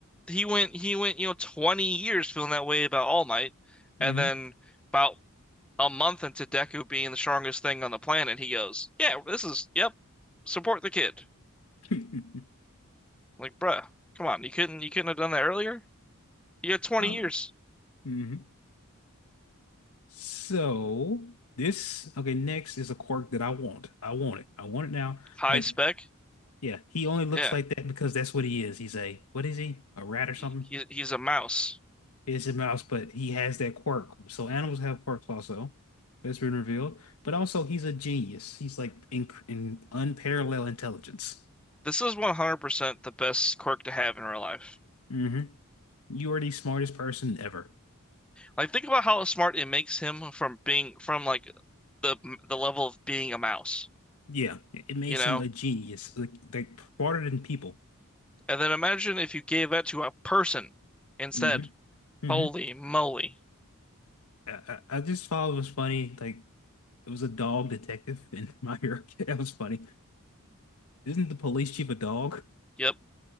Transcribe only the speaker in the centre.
he went, he went, you know, 20 years feeling that way about All Might,
and then about a month into Deku being the strongest thing on the planet, he goes, "Yeah, this is, yep, support the kid."
Like, bruh, come on, you couldn't you couldn't have done that earlier? You had 20
years.
High
spec.
Yeah.
He,
he- he's a mouse.
This is 100% the best quirk to have in real life.
Like, think about how smart it makes him from being from like the the level of being a mouse,
you know?
And then imagine if you gave that to a person instead.
Holy moly.
Yep.